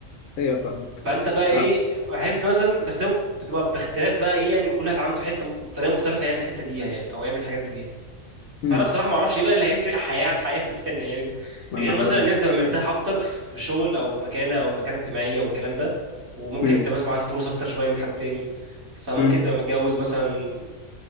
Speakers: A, on the left; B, on the right.
A: ايوه فاهمك
B: فانت بقى ايه
A: اه
B: بحس مثلا بس هو بتبقى باختلاف بقى ايه يعني كل واحد عنده حته طريقه مختلفه يعمل الحته دي بيها يعني او يعمل الحاجات دي بيها
A: امم
B: فانا بصراحه ما اعرفش ايه بقى اللي هيفرق حياه عن حياه <laughs> تانية يعني
A: ما
B: غير
A: انا
B: مثلا
A: هقول
B: ان
A: لك
B: انت تبقى مرتاح اكتر في شغل او مكانه او مكانه اجتماعيه والكلام ده وممكن
A: امم
B: انت مثلا معاك فلوس اكتر شويه من حد تاني فممكن
A: امم
B: تبقى متجوز مثلا